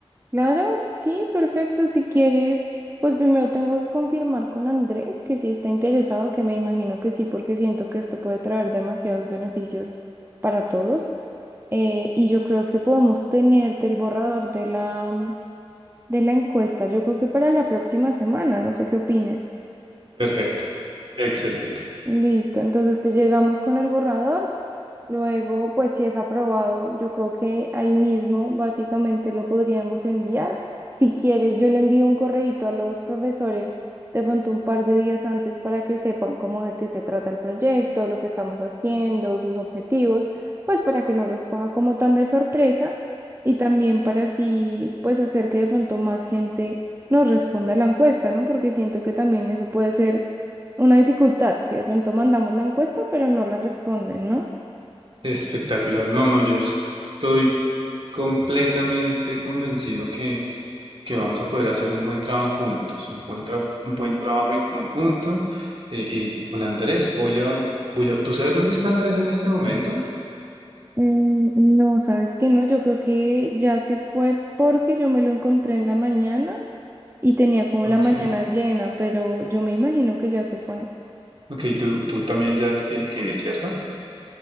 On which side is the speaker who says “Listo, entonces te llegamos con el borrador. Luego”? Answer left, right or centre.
Right